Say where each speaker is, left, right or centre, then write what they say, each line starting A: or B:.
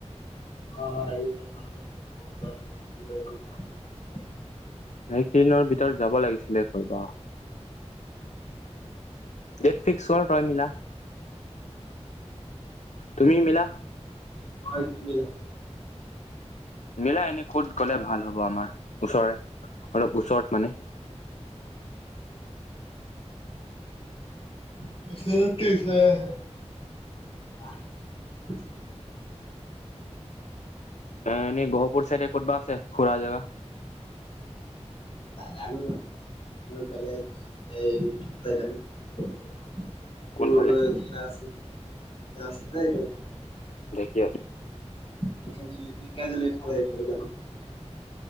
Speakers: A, on the left; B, on the left.
A: অ' <unintelligible>
B: এই কেইদিনৰ ভিতৰত যাব লাগিছিলে ক'তবা। ডেট ফিক্স কৰ তই মিলা, তুমি মিলা।
A: মই কি মিলাম।
B: মিলাই এনে ক'ত গ'লে ভাল হ'ব আমাৰ, ওচৰে অলপ ওচৰত মানে।
A: <unintelligible>
B: এ এনেই গহপুৰ চাইডে ক'তবা আছে ফুৰা জেগা?
A: নাজানো মোৰ বেলেগ <unintelligible> জানো। উম
B: কোনফালে
A: কি নাম আছিলে <unintelligible>
B: <inaudible>
A: ঢেকিয়াজুলী ঢেকিয়াজুলী এইফালে এইফালে জানো।